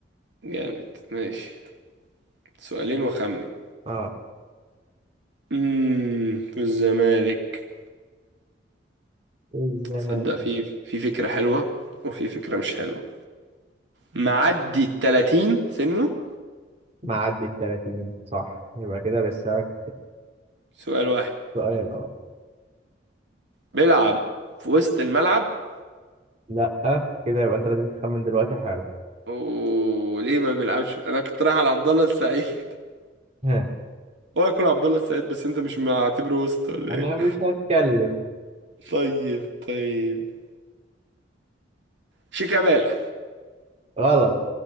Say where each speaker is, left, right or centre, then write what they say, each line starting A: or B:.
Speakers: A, on the right (about 75°); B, on the right (about 35°).
A: جامد ماشي سؤالين وخمن
B: أه
A: امم في الزمالك
B: الزمان
A: تصدق في في فكرة حلوة وفي فكرة مش حلوة معدي ال 30 سنه
B: معدي التلاتين صح يبقى كده لسه لك
A: سؤال واحد
B: سؤال أه
A: بيلعب في وسط الملعب
B: لأ كده يبقى أنت لازم تخمن دلوقتي حالا
A: وليه ما بيلعبش انا كنت رايح على عبد الله السعيد <laughs>
B: ها،
A: هو يكون عبد الله السعيد بس انت مش معتبره وسط ولا
B: أنا
A: ايه
B: مش هتكلم
A: طيب طيب شيكابالا
B: غلط